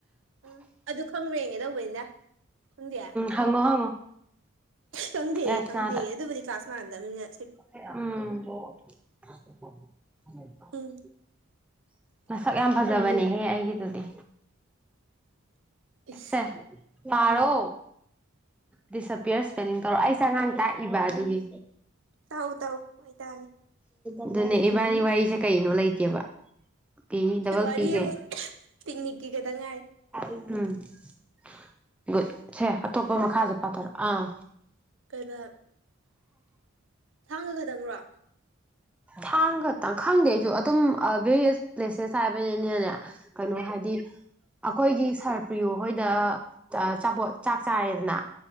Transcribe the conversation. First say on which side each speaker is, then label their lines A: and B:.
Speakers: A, on the right; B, in the centre.
A: ꯎꯝ ꯑꯗꯨ ꯈꯪꯕ꯭ꯔꯦꯒꯦ ꯇꯧꯕꯅꯤꯗ ꯈꯪꯗꯦ
B: ꯍꯪꯉ ꯍꯪꯉꯣ
A: ꯈꯪꯗꯦꯑ
B: ꯌꯥꯏꯁꯅꯥꯗ
A: ꯈꯪꯗꯦꯑ ꯑꯗꯨꯕꯨꯗꯤ ꯀ꯭ꯂꯥꯁ ꯃꯥꯟꯗꯕꯅꯤꯅ
B: ꯎꯝ
A: ꯎꯝ
B: ꯃꯁꯛ ꯌꯥꯝ ꯐꯖꯕꯅꯦꯍꯦ ꯑꯩꯒꯤꯗꯨꯗꯤ
A: ꯏꯁ
B: ꯁꯦ ꯄꯥꯔꯣ ꯗꯤꯁꯑꯄꯤꯌꯔ ꯏꯁꯄꯦꯂꯤꯡ ꯇꯧꯔꯣ ꯑꯩꯁꯦ ꯑꯉꯥꯡ ꯇꯥꯛꯏꯕ ꯑꯗꯨꯒꯤ
A: ꯇꯥꯛꯎ ꯇꯥꯛꯎ ꯑꯩ ꯇꯥꯒꯦ
B: ꯑꯗꯨꯅꯦ ꯏꯕꯥꯅꯤ ꯋꯥꯔꯤꯁꯦ ꯀꯩꯅꯣ ꯂꯩꯇꯦꯕ ꯄꯤ ꯗꯕꯜ
A: ꯋꯥꯔꯤ
B: ꯄꯤꯒꯩ
A: ꯑꯃꯨꯛ ꯄꯤꯛꯅꯤꯛꯀꯤꯒꯇ ꯉꯥꯏ
B: ꯎꯝ ꯁꯦ ꯑꯇꯣꯞꯄ ꯃꯈꯥꯁꯦ ꯄꯥꯊꯔꯛ ꯑꯥ
A: ꯀꯩ ꯕ ꯊꯥꯡꯒ ꯈꯇꯪꯔꯣ
B: ꯊꯥꯡ ꯈꯛꯇꯪ ꯈꯪꯗꯦ ꯑꯩꯁꯨ ꯑꯗꯨꯝ ꯕ ꯄ꯭ꯂꯦꯁꯦꯁ ꯍꯥꯏꯕꯅꯤꯅꯦꯅꯦ ꯀꯩꯅꯣ ꯍꯥꯏꯗꯤ ꯑꯩꯈꯣꯏꯒꯤ ꯁꯥꯔ ꯄ꯭ꯔꯤꯌꯣ ꯍꯣꯏꯗ ꯆꯄꯣꯠ ꯆꯥꯛ ꯆꯥꯔꯦꯗꯅ